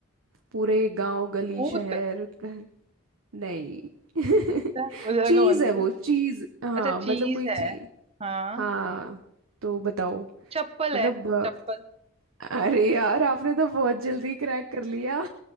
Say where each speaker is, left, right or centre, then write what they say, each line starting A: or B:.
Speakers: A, on the right; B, on the right.
A: पूरे गांव गली
B: भूत
A: शहर नहीं <laughs>
B: अच्छा, मुझे लगा
A: चीज
B: मंदिर
A: है वो अच्छा चीज हाँ
B: अच्छा चीज
A: मतलब कोई
B: है
A: चीज
B: हाँ
A: हाँ तो बताओ
B: चप्पल
A: मतलब
B: है
A: अ,
B: चप्पल
A: अरे यार आपने तो बहुत जल्दी क्रैक कर लिया